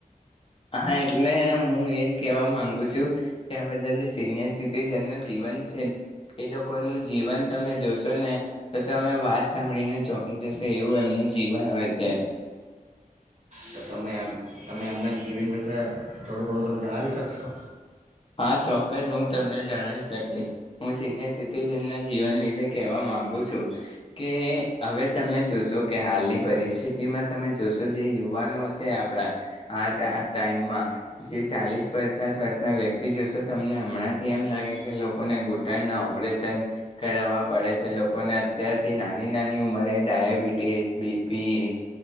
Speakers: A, on the left; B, on the right.
A: હા એટલે હું એજ કેવા માંગુ છું કે આ બધા જે સિનિયર સિટીજન નું જીવન છે. એ લોકો નું જીવન તમે જોશો ને તો તમે વા સાંભળીને ચોકી જશે એવું એમનું જીવન હોય છે.
B: તો તમે એમ તમે એમના જીવન વિશે થોડું ઘણું તમે જણાવી શકશો.
A: હા ચોક્કસ હું તમને જણાવી શકી હું સિનિયર સિટીઝન ના જીવન વિશે કહેવા માંગુ છું કે હવે તમે જોશો કે હાલની પરિસ્થિતિમાં તમે જોશો જે યુવાનો છે આપણ આ ટાઈમા જે ચાલીસ પંચાસ વર્ષના વ્યક તી જોશો તમને હમણાંથી એમ લાગે કે લોકોને ઘૂંટણના ઓપરેશન કરાવવા પડે છે લોકોને અત્યારથી નાની નાની ઉંમરે ડાયાબિટીસ બીપી